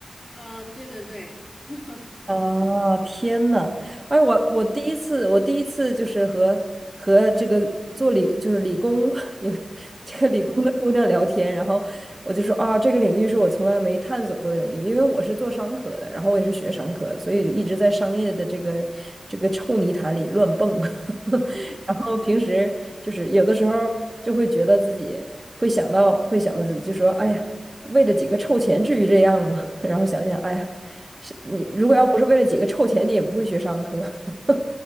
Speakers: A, on the left; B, on the right.
A: 嗯，对对对，<laughs>
B: 啊，天呐，哎，我我第一次，我第一次就是和和这个做理就是理工 <laughs> 有这个理工的姑娘聊天，然后我就说啊，这个领域是我从来没探索过的领域，因为我是做商科的，然后我也是学商科的，所以就一直在商业的这个这个臭泥潭里乱蹦，<laughs> 然后平时就是有的时候就会觉得自己会想到会想到自己就说，哎呀，为了几个臭钱至于这样吗？<laughs> 然后想想，哎呀。是你如果要不是为了几个臭钱，
A: 嗯
B: 你也不会学商科。<laughs>